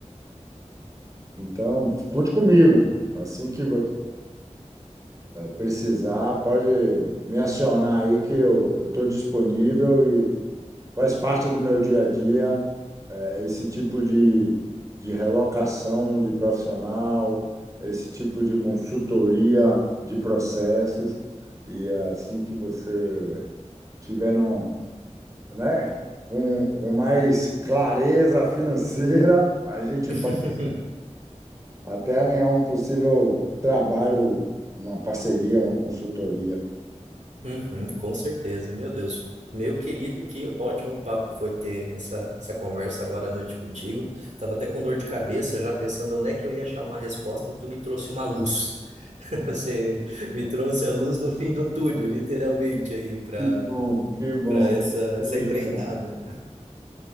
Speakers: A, on the right; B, on the right.
A: Então, conte comigo. Assim que você precisar, pode me acionar aí que eu estou disponível e faz parte do meu dia a dia esse tipo de, de relocação de profissional, esse tipo de consultoria de processos, e assim que você tiver no, né, com, com mais clareza financeira, <laughs> a gente
B: <laughs>
A: pode até alinhar um possível trabalho, uma parceria, uma consultoria.
B: Uhum, com certeza, meu Deus. Meu querido, que ótimo papo foi ter essa, essa conversa agora à noite contigo. Tava até com dor de cabeça, já pensando onde é que eu ia achar uma resposta, e tu me trouxe uma luz. <laughs> Você me trouxe a luz no fim do túnel, literalmente, aí, para
A: Que bom, que bom.
B: para essa,
A: Vou
B: essa
A: ajudar.
B: empreitada.